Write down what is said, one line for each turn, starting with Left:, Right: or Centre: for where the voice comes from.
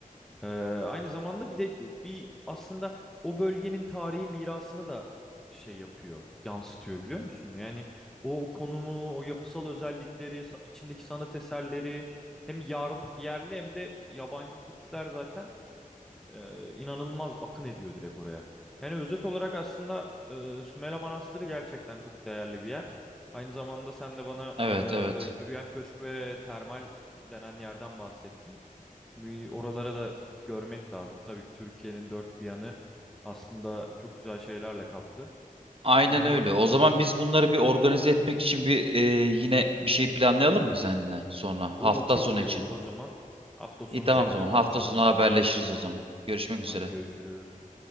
Centre: Ee, aynı zamanda bir de bi- bir aslında o bölgenin tarihi mirasını da şey yapıyor, yansıtıyor biliyor musun? Yani o konumu, o yapısal özellikleri, sa- içindeki sanat eserleri hem yar- yerli hem de yabancı turistler zaten e, inanılmaz akın ediyor direkt oraya. Yani özet olarak aslında e, Sümela Manastırı gerçekten çok değerli bir yer. Aynı zamanda sen de bana
Right: Evet, evet.
Centre: e, yürüyen köşk ve termal denen yerden bahsettin. Bir Oralara da gidip görmek lazım. Tabii ki Türkiye'nin dört bir yanı aslında çok güzel şeylerle kaplı.
Right: Aynen
Centre: Yani
Right: öyle. O zaman biz bunları bir organize etmek için bir e, yine bir şey planlayalım mı seninle sonra?
Centre: olur
Right: Hafta
Centre: çok
Right: sonu
Centre: iyi
Right: için.
Centre: olur o zaman. Hafta sonu
Right: İyi tamam
Centre: seninle
Right: o zaman.
Centre: konuşalım
Right: Hafta sonu
Centre: bu
Right: haberleşiriz
Centre: konuda.
Right: o zaman. Görüşmek üzere.
Centre: Hadi görüşürüz.